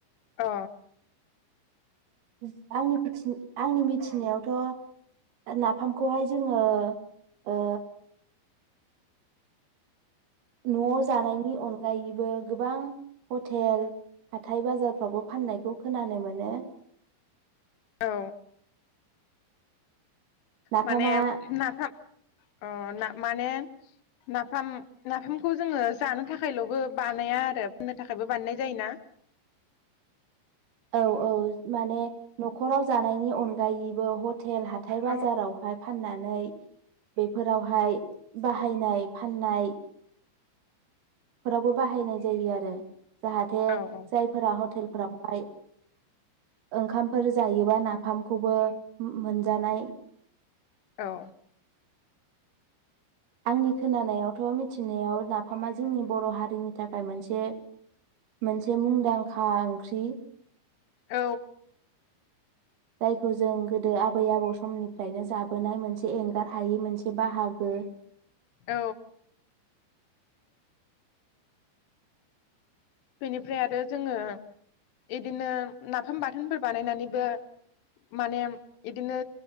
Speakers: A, on the left; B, on the right.
A: अ
B: <unintelligible> आंनि मिथिनायावथ' नाफामखौहाय जोङो ओ न'वाव जानायनि अनगायैबो गोबां हटेल हाथाय बाजारफ्रावबो फाननायखौ खोनानो मोनो।
A: औ
B: नाफामा
A: माने नाफाम अ ना माने नाफाम नाफामखौ जोङो जानो थाखायल'बो बानाया आरो फाननो थाखायबो बानायनाय जायोना?
B: औ औ माने न'खराव जानायनि अनगायैबो ह टेल हाथाय बाजारावहाय
A: औ
B: फानना नै बेफोरावहाय बाहायनाय फाननाय बेफोरावबो बाहायनाय जायो आरो। जाहाथे
A: औ औ
B: जायफोरा हटेल फोरावहाय ओंखामफोर जायोबा नाफामखौबो मोनजानाय
A: औ।
B: आंनि खोनानायावथ' मिथिनायाव नाफामा जोंनि बर' हारिनि थाखाय मोन से मोनसे मुंदांखा ओंख्रि
A: औ
B: जायखौ जों गोदो आबै आबौ समनिफ्रायनो जाबोनाय मोनसे एंगारहायि मोनसे बाहागो।
A: औ। बेनिफ्राय आरो जोङो इदिनो नाफाम बाथोनफोर बानायनानैबो माने इदिनो